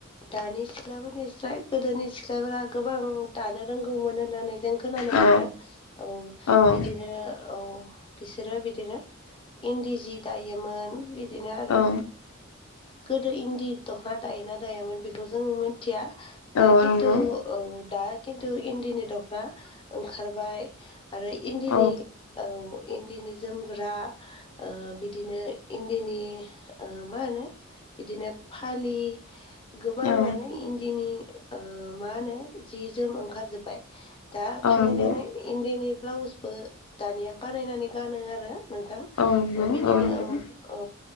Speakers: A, on the left; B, on the left.
A: दानि सिख्लाफोरनिफ्राय गोदोनि सिख्लाफोरा गोबां दानो रोंगौमोन होननानै जों खोनानो
B: औ
A: मोनदों औ
B: औ
A: बिदिनो औ बिसोरो बिदिनो इन्दि जि दायोमोन बिदिनो आरो
B: औ
A: गोदो इन्दि दख'ना दायोना दायामोन बेखौ जों मिथिया दा
B: औ
A: खिन्थु
B: नंगौ
A: औ दा खिन्थु इन्दिनि दखना ओंखारबाय आरो इन्दिनि
B: औ
A: औ इन्दिनि जोमग्रा ओ बिदिनो इन्दिनि ओ मा होनो बिदिनो फालि गोबाङानो
B: औ
A: इन्दिनि ओ मा होनो जि जोम ओंखारजोबबाय दा
B: औ
A: थाङै
B: नंगौ
A: थाङै इण्डिनि ब्लाउसबो दानिया बानायनानै गानो आरो नोंथां
B: औ नंगौ
A: ओ बिदिनो
B: औ नंगौ
A: औ औ